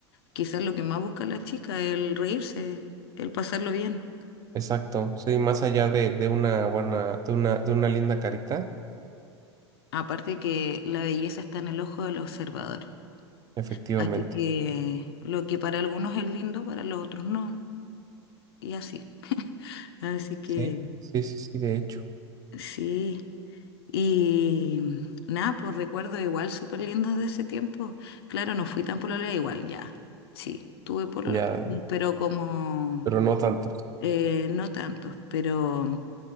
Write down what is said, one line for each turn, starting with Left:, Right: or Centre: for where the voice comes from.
Left: quizás lo que más busca la chica, el reírse, el pasarlo bien.
Right: Exacto, sí, más allá de, de una buena, de una, de una linda carita,
Left: Aparte que la belleza está en el ojo del observador.
Right: efectivamente.
Left: Así que lo que para algunos es lindo, para los otros no. Y así. <laughs> Así que
Right: Sí, sí, sí, sí, de hecho.
Left: sí. Y nada, pues recuerdo igual súper lindos de ese tiempo. Claro, no fui tan pololera, igual ya. Sí, tuve pololos,
Right: Ya,
Left: pero como
Right: pero no tanto.
Left: eh, no tantos. Pero